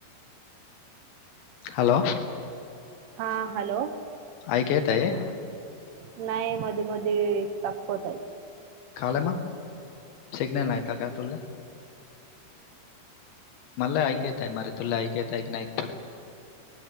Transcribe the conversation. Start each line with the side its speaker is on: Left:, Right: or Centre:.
Left: हॅलो
Right: हां हॅलो
Left: ऐकयताय
Right: नाही मध्ये मध्ये स्टक होत आहे
Left: काले मा सघनल नाहीयता काय तुला मला ऐकताय म तुले ऐकयताय क नाहीयकर